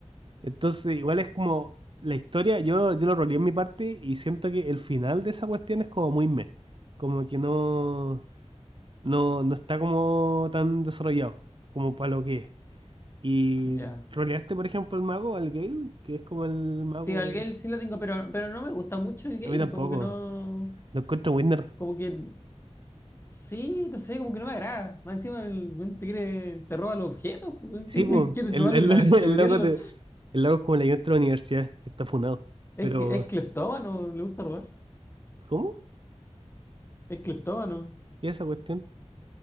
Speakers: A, on the right; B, on the left.
A: Entonces igual es como la historia, yo, lo- yo lo roleé en mi parte y siento que el final de esa cuestión es como muy meh. Como que no, no, no está como tan desarrollado como para lo que es. Y
B: ya.
A: roleaste, por ejemplo, el mago, al Gale, que es como el mago...
B: Sí, al Gale sí lo tengo, pero, pero no me gusta mucho el Gale,
A: A mí tampoco.
B: como que no,
A: Lo encuentro winner.
B: como que sí, no sé, como que no me agrada. Más encima el weón te quiere, te roba los objetos, pues, weón,
A: Sí,
B: <laughs> quiere,
A: pues,
B: quiere
A: el,
B: robarle
A: el,
B: la,
A: <laughs>
B: chupetearlo.
A: el loco de, el loco es como el ayudante de la universidad, que está funado.
B: Es
A: Pero,
B: que es cleptómano, le gusta robar.
A: ¿cómo?
B: Es cleptómano.
A: y esa cuestión?